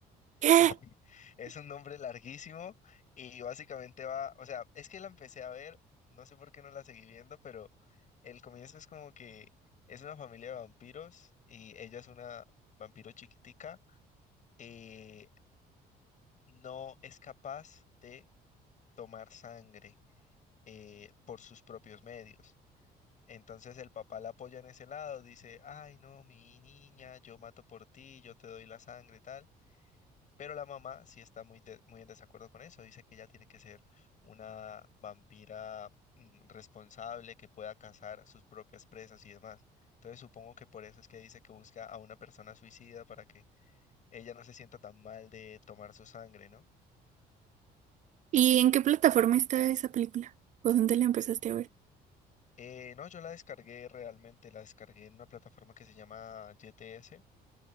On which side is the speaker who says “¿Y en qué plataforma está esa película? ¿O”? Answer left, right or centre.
Right